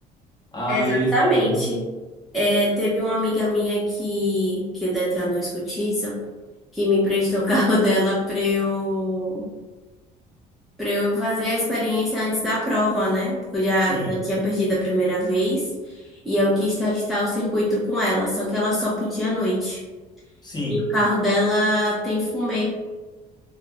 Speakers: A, on the left; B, in the centre.
A: Aí
B: Exatamente.
A: ele falou,
B: É, teve uma amiga minha que, que o Detran não escutiça, que me prestou o carro <laughs> dela pra eu, pra eu fazer a experiência antes da prova, né? Porque eu já,
A: Sim,
B: já tinha perdido a primeira vez e eu quis testar o circuito com ela, só que ela só podia à noite.
A: sim.
B: E o carro dela tem fumê.